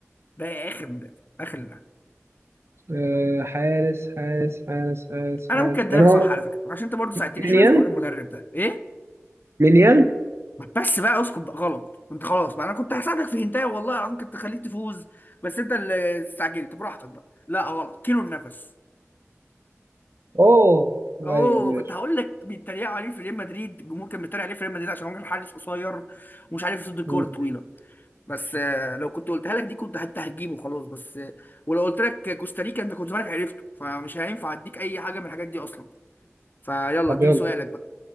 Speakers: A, on the left (about 40°); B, on the right (about 60°).
A: ده اخر مدرب اخر لا
B: آه، حارس حارس حارس حارس
A: انا
B: حارس
A: ممكن اديلك
B: يعني هو
A: صح على فكره عشان انت برضه ساعدتني
B: مليان
A: شويه في حوار المدرب ده ايه
B: مليان
A: بس بقى اسكت بقى غلط انت خلاص بقى انا كنت هساعدك في هنتايه والله العظيم كنت خليك تفوز بس انت اللي استعجلت براحتك بقى لا غلط كيلو النفس
B: اوه
A: اوه
B: ايوه ماشي
A: كنت هقول لك بيتريقوا عليه في ريال مدريد الجمهور كان بيتريق عليه في ريال مدريد عشان هو كان حارس قصير ومش عارف يصد الكوره
B: مم.
A: الطويله بس آه، لو كنت قلتها لك دي كنت انت هتجيبه خلاص بس آه، ولو قلت لك كوستاريكا انت كنت زمانك عرفته فمش هينفع اديك اي حاجه من الحاجات دي اصلا فيلا
B: طب
A: اديني
B: يلا
A: سؤالك بقى